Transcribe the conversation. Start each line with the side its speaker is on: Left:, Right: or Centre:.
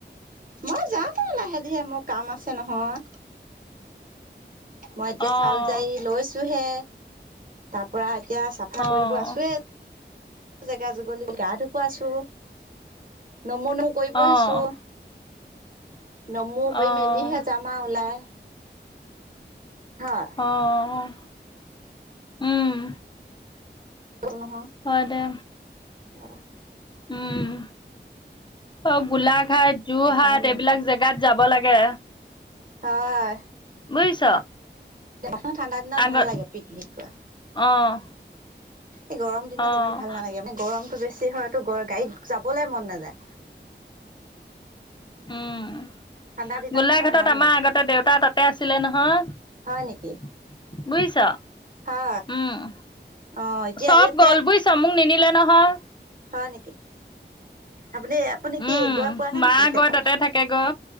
Right: মই যাম আও লাহেধিৰে মোৰ কাম আছে নহয়। মই এতিয়া
Left: অ'।
Right: চাউল যাই লৈছো হে তাৰ পৰা এতিয়া চাফা
Left: অ',
Right: কৰিব আছোৱে, জেগা যুগলিত গা ধুৱ আছো। নমো নমো কৰিব
Left: অ',
Right: আছো। নমো কৰি
Left: অ',
Right: মেলিহে যাম আও ওলাই। হয়
Left: আহ উম
Right: তোৰ নহ
Left: হয় দে,
Right: আহ।
Left: উম অ', গোলাঘাট, যোৰহাট
Right: চপাই মেলি
Left: এইবিলাক জেগাত যাব হাব লাগে।
Right: হয়।
Left: বুজিছ।
Right: অ', ঠাণ্ডা দিনত
Left: আগত
Right: ভাল লাগে পিকনিক গৈ।
Left: অ',
Right: এই গৰম দিনত
Left: অ',
Right: ইমান ভাল নালাগে মানে গৰমতটো বেছি। হতো গাড়ীত যাবলৈ মন নাযায়
Left: অ'।
Right: ঠাণ্ডা দিনত
Left: গোলাঘাটত
Right: মানে ভাল
Left: আমাৰ
Right: লাগে
Left: আগতে দেউতা তাতে আছিলে নহয়।
Right: হয় নেকি
Left: বুজিছ,
Right: হয়
Left: উম
Right: অ এতিয়া
Left: চব
Right: এতিয়া
Left: গ'ল বুজিছ মোক নিনিলে। নহয়।
Right: হয় নেকি আপুনি আপুনি কি
Left: উম,
Right: গৈ পোৱা নাই
Left: মা
Right: নেকি সেইফালে?
Left: গৈ তাতে থাকেগৈ।